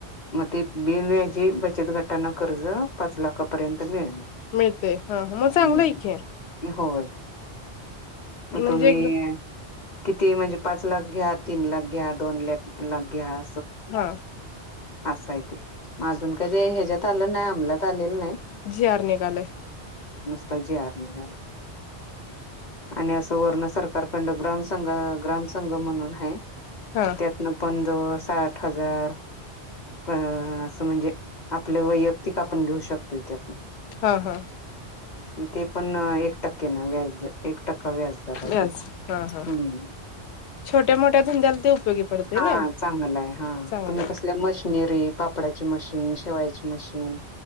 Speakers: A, on the left; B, on the left.
A: मग ते बिव्याजी बचत गटाना कर्ज पाच लाखापर्यंत तर ना
B: मिळते हा मग चांगलं आहे की
A: होय. मग
B: म्हणजे
A: तुम्ही.
B: एकदम
A: किती म्हणजे पाच लाख घ्या, तीन लाख घ्या, दोन लाख लाख घ्या,
B: हा
A: असाय ते मा अजून का ह्याच्यात आलं नाही, अमलात आलेलं नाही,
B: जीआर निघाले.
A: त्यात जीआर निघाले. आणि असं वर्ण सरकार खंड ग्राम संघ ग्राम संंघ म्हणून आहे.
B: हा
A: त्यातनं पंज साठ हजार. अ असं म्हणजे आपले वैयक्तिक आपण घेऊ शकतो इथे आपण.
B: हा हा.
A: ते पण एक टक्के न व्याज एक टक्का व्याजदार आहे
B: व्याज
A: त्याचा,
B: हा हा
A: हम्म?
B: छोट्या मोठ्या धंद्याला ते उपयोगी पडते
A: हा
B: ना
A: चांगल हा
B: चांगलं
A: तुम्ही कसल्याम कशनीरी पापडाचे मशीन, शिवायचे मशीन,